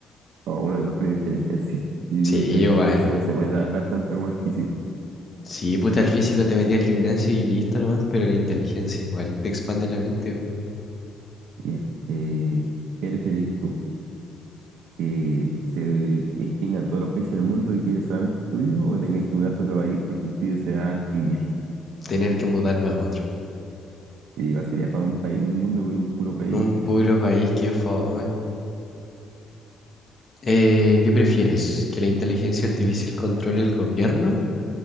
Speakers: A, on the right; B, on the left.
A: O bueno, que mejore mi inteligencia. <laughs> Yo digo
B: Sí,
A: que la inteligencia
B: igual.
A: no se puede trabajar tanto como el físico.
B: Sí, puta, el físico te metí al gimnasio y listo nomás, pero la inteligencia igual te expande la mente, weón.
A: Ya. Eh, ¿eres feliz tú? ¿Que se extingan todos los países del mundo y quede solamente el tuyo? ¿O tengáis que mudarte a otro país porque el tuyo se va a extinguir?
B: Tener que mudarme a otro.
A: Te digo, sería para un país, un mundo con un puro país
B: Un puro país que fome. Eh, ¿qué prefieres? ¿Que la inteligencia artificial controle el gobierno?